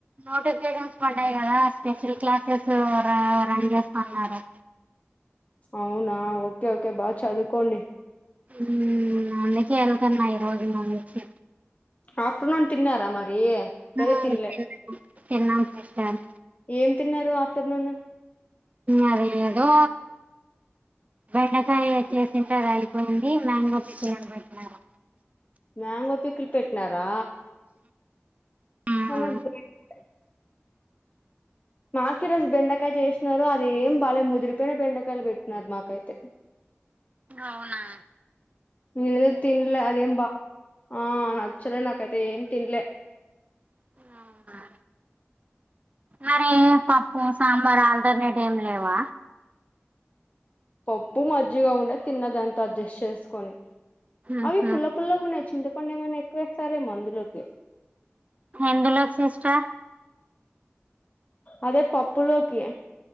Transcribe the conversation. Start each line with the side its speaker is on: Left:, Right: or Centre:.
Right: నోటిఫికేషన్స్ పడ్డాయి కదా స్పెషల్ క్లాసెస్ రన్ చేస్తున్నారు
Left: అవునా ఓకే ఓకే బా చదువుకోండి
Right: ఉ అందుకే వెళ్తాన్న ఈ రోజు నుంచి
Left: ఆఫ్టర్నూన్ తిన్నారా మరి ప్రజ
Right: మ్మ్,
Left: తినలే
Right: తిన్నాం తిన్నాం సిస్టర్
Left: ఏం తిన్నారు ఆఫ్టర్నూను
Right: అదే ఏదో బెండకాయ వచ్చేసింట తింటారండీ మ్యాంగో పికిల్ పెట్నారు
Left: మ్యాంగో పిక్కులు పెట్టినారా <unintelligible>
Right: మ్మ్.
Left: మాకు ఈ రోజు బెండకాయ చేస్తున్నారు అది ఏం బాలే ముదిరిపోయిన బెండకాయలు పెట్టిన మాకైతే <inaudible>
Right: అవునా
Left: ఇది తినలే అదే బా ఆ నచ్చలె నాకైతే ఏం తిన్లే
Right: అవునా మరి పప్పు సాంబార్ ఆల్టర్నేట్ ఏమి లేవా
Left: పప్పు మజ్జిగా ఉండే తిన్నదంతా అడ్జస్ట్ చేసుకొని
Right: ఉహు
Left: అవి పుల్ల పుల్ల గున్నాయ్ చింతపండు ఏమనా ఎక్కువేస్తారేమో అందులోకి
Right: హ్యాండులోసిస్ట్
Left: అదే పప్పులోకి